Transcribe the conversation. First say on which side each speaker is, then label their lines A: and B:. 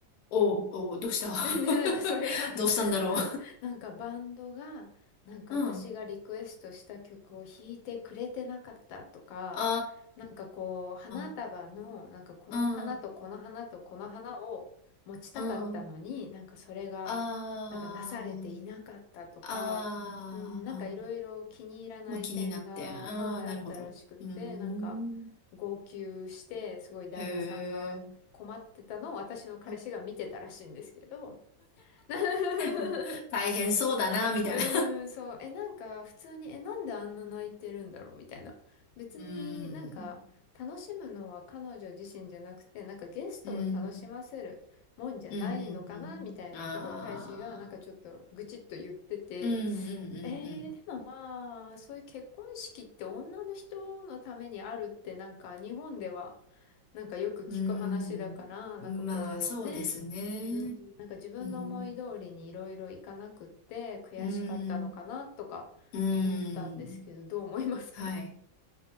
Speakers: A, on the left; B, on the left.
A: おう、おう、どうした
B: <laughs> で、で、なんかそれが
A: <laughs> どうしたんだろ
B: <laughs> なんかバンドが、なんか私がリクエストした曲を弾いてくれてなかったとか、
A: う。うん。あ
B: なんかこう、花束の、
A: ーあ
B: なんかこの花とこの花とこの花を持ちたかったのに、
A: ー、あーうん、うん。
B: なんかそれが、
A: あ
B: なんかなされていなかったとか、
A: あ、
B: うん、なんかいろいろ気に入らない点が、
A: あーあー、まあ気になって。ああ、
B: はい、
A: なるほど。
B: あったらしくって、
A: うーん。
B: なんか、号泣して、すごい旦那さんが、
A: へえ。
B: 困ってたのを私の彼氏が見てたらしいんですけど。
A: <laughs>
B: <laughs>
A: うん大変そうだな、みたいな。
B: うーん、そう。え、なんか普通に、え、なんであんな泣いてるんだろうみたいな。
A: <laughs>
B: 別になんか楽しむのは彼女自身じゃなくて、
A: うーん。
B: なんかゲストを楽しませるもんじゃないのかなみたいなことを彼氏がなんかちょっと愚痴っと言ってて。
A: うん。うん、うん、うん。ああ。うん、うん、
B: えー、
A: うん、
B: でもまあ、そういう結婚式って女の人のためにあるってなんか日本ではなんかよく聞く話だから、
A: うん。
B: なんかこうね、
A: うーん。まあ、そうですね。
B: うん、なんか自分の思い通りにいろいろいかなくって悔しかったのかなとか思ったんですけど、
A: うん。うん。うん。
B: どう思いますか
A: はい。